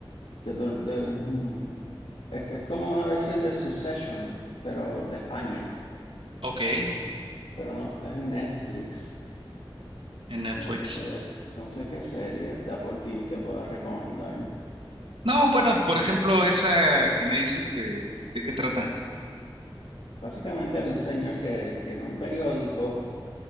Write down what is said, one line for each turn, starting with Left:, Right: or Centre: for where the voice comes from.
Left: que to- de un- es, es como una versión de Succession, pero de España,
Right: Ok, en
Left: pero no, es en Netflix.
Right: Netflix.
Left: No sé, no sé qué series de Apple TV te puedo recomendar.
Right: No, bueno, por ejemplo, esa que me dices de, ¿de qué trata?
Left: Básicamente de un señor que tiene un periódico